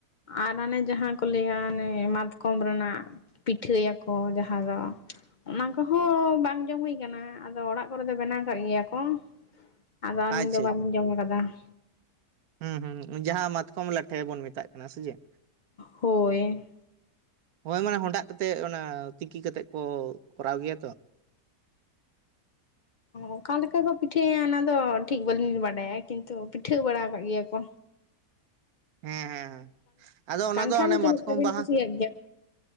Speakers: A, on the left (about 75°); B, on the right (about 70°).
A: ᱟᱨ ᱚᱱᱮ ᱡᱟᱦᱟ ᱠᱚ ᱞᱟᱹᱭᱟ ᱚᱱᱮ ᱢᱟᱛᱠᱚᱢ ᱨᱮᱱᱟᱜ ᱯᱤᱴᱷᱟᱹ ᱭᱟᱠᱚ ᱡᱟᱦᱟ ᱫᱚ ᱚᱱᱟ ᱠᱚᱦᱚᱸ ᱵᱟᱝ ᱡᱚᱢ ᱦᱳᱭ ᱠᱟᱱᱟ ᱟᱫᱚ ᱚᱲᱟᱜ ᱠᱚᱨᱮ ᱫᱚ ᱵᱮᱱᱟᱣ ᱠᱟᱜ ᱜᱮᱭᱟ ᱠᱚ ᱟᱫᱚ ᱟᱹᱞᱤᱧ
B: ᱟᱪᱪᱷᱟ
A: ᱫᱚ ᱵᱟᱹᱞᱤᱧ
B: ᱟᱪᱪᱷᱟ
A: ᱡᱚᱢ ᱠᱟᱫᱟᱹ ᱾
B: ᱦᱩᱸ ᱦᱩᱸ ᱡᱟᱦᱟᱸ ᱢᱟᱛᱠᱚᱢ ᱞᱟᱴᱷᱮ ᱵᱚᱱ ᱢᱮᱛᱟᱜ ᱠᱟᱱᱟ ᱥᱮ ᱪᱮᱜ᱾
A: ᱦᱳᱭ᱾
B: ᱦᱳᱭ ᱢᱟᱱᱮ ᱦᱚᱰᱟᱜ ᱠᱟᱛᱮᱜ ᱚᱱᱟ ᱛᱤᱠᱤ ᱠᱟᱛᱮᱜ ᱠᱚ ᱠᱚᱨᱟᱣ ᱜᱮᱭᱟ ᱛᱚ᱾
A: ᱚᱠᱟ ᱞᱮᱠᱟ ᱠᱚ ᱯᱤᱴᱷᱟᱹᱭᱟ ᱚᱱᱟ ᱫᱚ ᱴᱷᱤᱠ ᱵᱟᱹᱞᱤᱧ ᱵᱟᱰᱟᱭᱟ ᱠᱤᱱᱛᱩ ᱯᱤᱴᱷᱟᱹ ᱵᱟᱲᱟ ᱠᱟᱜ ᱜᱮᱭᱟ ᱠᱚ᱾
B: ᱦᱮᱸ ᱦᱮᱸ ᱦᱮᱸ ᱟᱫᱚ ᱚᱱᱟ
A: ᱠᱟᱱᱴᱷᱟᱲ
B: ᱫᱚ ᱦᱟᱱᱮ
A: ᱛᱤᱱᱟᱹᱜ
B: ᱢᱟᱛᱠᱚᱢ
A: ᱴᱟ ᱵᱤᱱ
B: ᱵᱟᱦᱟ
A: ᱠᱩᱥᱤᱭᱟᱜ ᱜᱮᱭᱟ